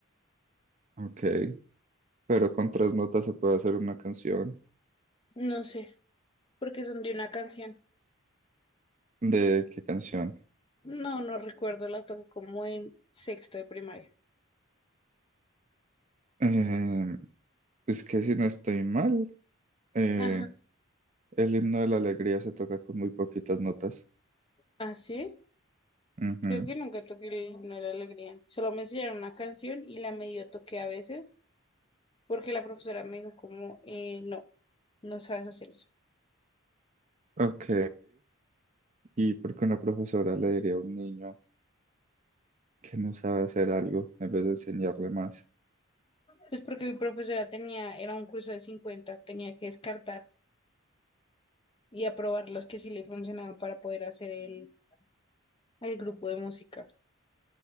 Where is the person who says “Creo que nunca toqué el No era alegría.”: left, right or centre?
Left